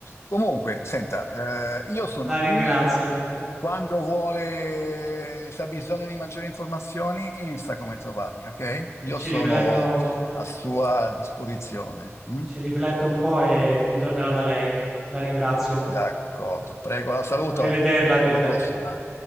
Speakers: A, on the left; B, in the centre.
A: Comunque, senta, eh, io sono
B: La ringrazio.
A: qui quando vuole, se ha bisogno di maggiori informazioni, sa come trovarmi, ok? Io
B: Ci
A: sono
B: rifletto,
A: a sua disposizione. mm?
B: ci rifletto un po' e ritornerò da lei. La ringrazio.
A: D'accordo, prego, la saluto.
B: Arrivederla, arrivederla.
A: Alla prossima.